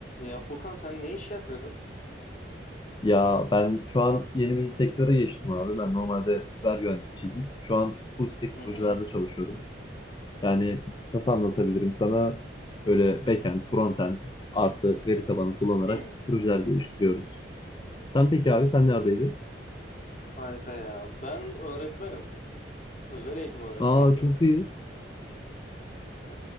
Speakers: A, on the left; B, on the left.
A: Ya Furkan sen ne iş yapıyordun?
B: Ya ben şu an yeni bir sektöre geçtim abi. Ben normalde siber güvenlikçiydim. Şu an full stack
A: Hı hı.
B: projelerde çalışıyorum. Yani nasıl anlatabilirim sana? Böyle backend, frontend artı veri tabanı kullanarak
A: Hı,
B: projeler geliştiriyoruz. Sen peki abi sen neredeydin?
A: harika ya. Ben öğretmenim. Özel eğitim öğretmeniyim.
B: Aa çok iyi.
A: Ee,